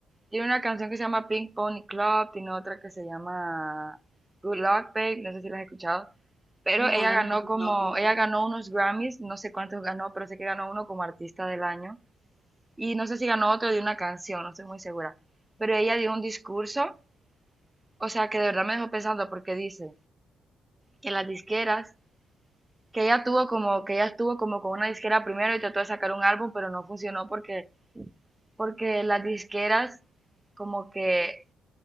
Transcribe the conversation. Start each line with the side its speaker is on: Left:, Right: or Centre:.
Right: Tiene una canción que se llama Pink Pony Club, tiene otra que se llama Good Luck Babe, no sé si la has escuchado, pero
Left: no,
Right: ella
Left: no
Right: ganó
Left: la he escuchado,
Right: como,
Left: fíjate.
Right: ella ganó unos Grammys, no sé cuántos ganó, pero sé que ganó uno como artista del año, y no sé si ganó otro de una canción, no estoy muy segura, pero ella dio un discurso, o sea, que de verdad me dejó pensando porque dice que las disqueras, que ella tuvo como, que ella estuvo como con una disquera primero y trató de sacar un álbum, pero no funcionó porque, porque las disqueras como que